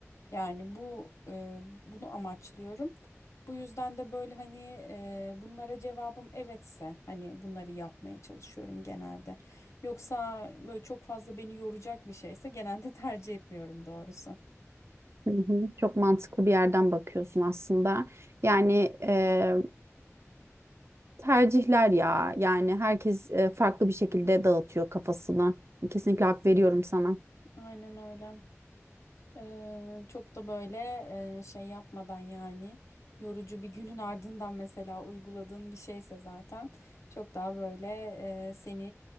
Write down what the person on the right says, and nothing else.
Hı hı, Çok mantıklı bir yerden bakıyorsun aslında. Yani e, tercihler ya. Yani herkes e, farklı bir şekilde dağıtıyor kafasını. Kesinlikle hak veriyorum sana.